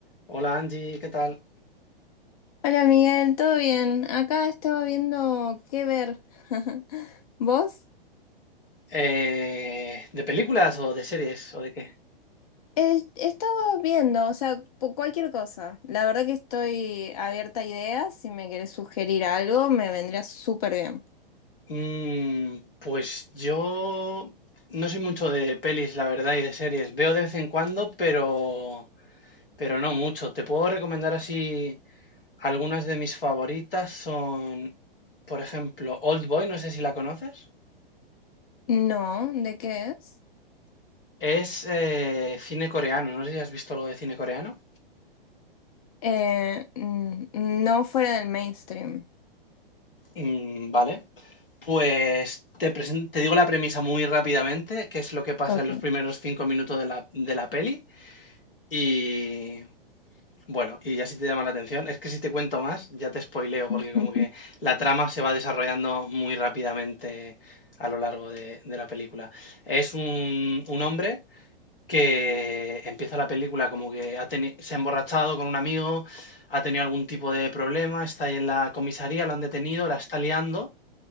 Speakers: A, on the left; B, on the left.
A: Hola Angie, ¿qué tal?
B: Hola Miguel, ¿todo bien? Acá estaba viendo qué ver. <laughs> ¿Vos?
A: Eh, ¿de películas o de series o de qué?
B: Eh, estaba viendo, o sea, po- cualquier cosa. La verdad que estoy abierta a ideas. Si me querés sugerir algo, me vendría súper bien.
A: Mm, pues yo no soy mucho de pelis, la verdad, y de series. Veo de vez en cuando, pero, pero no mucho. Te puedo recomendar así algunas de mis favoritas son, por ejemplo, Old Boy, no sé si la conoces.
B: No, ¿de qué es?
A: Es eh, cine coreano, no sé si has visto algo de cine coreano.
B: Eh, mm, no fuera del mainstream.
A: Mm, vale. Pues te, presen- te digo la premisa muy rápidamente, que es lo que pasa
B: Ok.
A: en los primeros cinco minutos de la, de la peli. Y bueno, y ya si te llama la atención, es que si te cuento más, ya te spoileo, porque
B: <laughs>
A: como que la trama se va desarrollando muy rápidamente a lo largo de, de la película. Es un, un hombre que empieza la película como que ha teni- se ha emborrachado con un amigo, ha tenido algún tipo de problema, está ahí en la comisaría, lo han detenido, la está liando